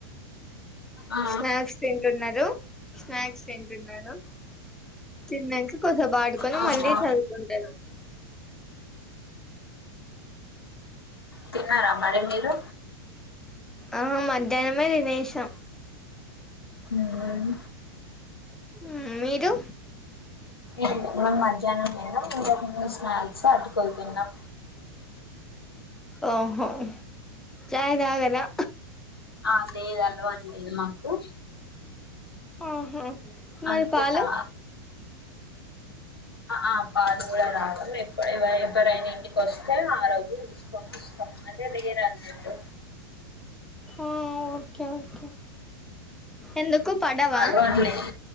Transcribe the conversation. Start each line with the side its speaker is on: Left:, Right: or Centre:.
Left: ఆ
Centre: స్నాక్స్ తింటున్నారు స్నాక్స్ తింటున్నారు తిన్నాక కొసేపు ఆడుకొని
Left: ఆ
Centre: మళ్ళీ చదువుకుంటారు
Left: తిన్నారా మరి మీరు
Centre: ఆ మధ్యాహ్నమే వేశం
Left: ఊమ్
Centre: ఊమ్ మీరు
Left: ఏంటి మేము మధ్యాహ్నం తిన్నం ఇంతకుముందు స్నాక్స్ అటుకులు తిన్నం
Centre: ఓహో చాయ్ తాగరా
Left: ఆ లేదు అలవాటు లేదు మాకు
Centre: ఆహా మరి
Left: అంకితా
Centre: పాలు
Left: ఆ పాల్ మూల రావడం ఎప్పుడూ ఎవరైనా ఇంటికి వస్తే ఆ రోజులు తీసుకొని ఇస్తాం అదే వేరే అన్నట్టు
Centre: ఓకే ఓకే ఎందుకు పడావా
Left: అలవాటు లేదు